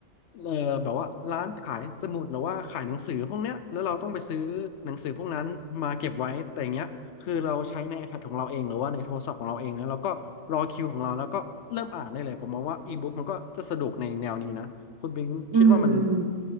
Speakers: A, on the left; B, on the right.
A: เออแบบว่าร้านขายสมุดหรือว่าขายหนังสือพวกเนี้ยแล้วเราต้องไปซื้อหนังสือพวกนั้นมาเก็บไว้แต่อย่างเงี้ยคือเราใช้ใน iPad ของเราเองหรือว่าในโทรศัพท์ของเราเองนะแล้วก็รอคิวของเราแล้วก็เริ่มอ่านได้เลยผมมองว่าอีบุ๊กมันก็จะสะดวกในแนวนี้นะ คุณปิงคิดว่ามัน
B: อืม